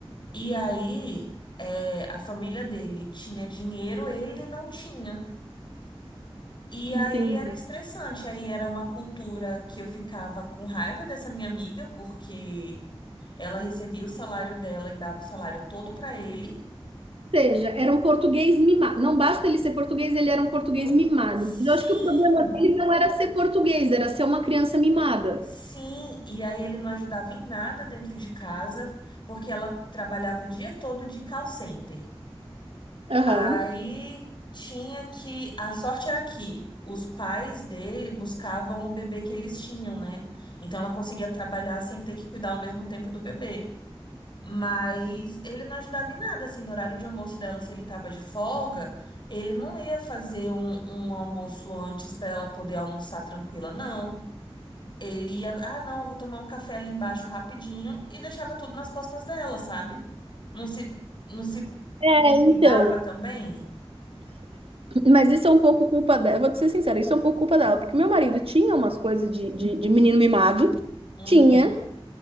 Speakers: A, on the left (about 50°); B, on the right (about 65°).
A: E aí, é, a família dele tinha dinheiro, ele não tinha. E aí
B: Entendi.
A: era estressante, aí era uma cultura que eu ficava com raiva dessa minha amiga, porque ela recebia o salário dela e dava o salário todo para ele.
B: Ou seja, era um português mimado. Não basta ele ser português, ele era um português
A: Pô,
B: mimado.
A: Sim,
B: Mas eu acho que o problema dele não era ser português, era ser uma criança mimada.
A: sim. E aí ele não ajudava em nada dentro de casa, porque ela trabalhava o dia todo de call center.
B: Aham.
A: Aí tinha que. A sorte era que os pais dele buscavam o bebê que eles tinham, né? Então ela conseguia trabalhar sem ter que cuidar ao mesmo tempo do bebê. Mas ele não ajudava em nada, assim, no horário de almoço dela, se ele tava de folga, ele não ia fazer um, um almoço antes para ela poder almoçar tranquila, não. Ele ia, ah, não, eu vou tomar um café ali embaixo rapidinho e deixava tudo nas costas dela, sabe? Não se, não se,
B: É,
A: não cuidava
B: Então,
A: também?
B: mas isso é um pouco culpa dela. Eu vou te ser sincera, isso é um pouco culpa dela, porque meu marido tinha umas coisas de, de, de menino mimado,
A: Uhum,
B: tinha,